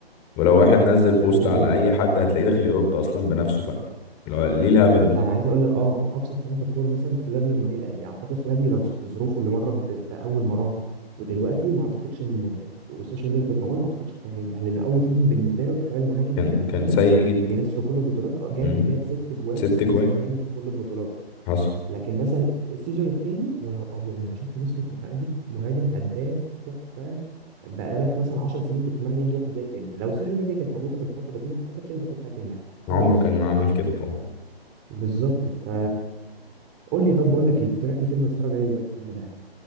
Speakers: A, on the left; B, on the right.
A: ولو واحد نزل بوست
B: اتفق
A: على
B: جدا
A: أي حد هتلاقيه داخل يرد أصلا بنفسه فعلا ليه الهبل ده
B: يعني عايز اقول لك اه ابسط حاجه في الكوره مثلا فلافيو لما جه الاهلي اعتقد فلافيو لو ظروفه اللي مرت ب- باول ما راح ودلوقتي ما اعتقدش ان والسوشيال ميديا كانت موجوده ما اعتقدش كان هينجح لانه اول سيزون بالنسبه له تخيل مهاجم
A: كان
B: الاهلي
A: كان سيء جدا
B: اللي بينافس في كل البطولات اه جاب
A: مم.
B: جاب ست جوال
A: ست
B: في موسم
A: جوان
B: كامل في كل البطولات
A: حصل
B: لكن مثلا السيزون الثاني يا نهار ابيض انت شفت نسخه مهاجم مهاجم هداف تحفه بقالك مثلا 10 سنين بتتمنى يجي واحد زيه تاني لو السوشيال ميديا كانت موجوده في الفتره دي ما اعتقدش انت كنت هتنجح خالص
A: عمره كان ما عمل كده طبعا
B: بالظبط ف قول لي طب بقول لك ايه اقترح لي فيلم اتفرج عليه دلوقتي كده انا زهقان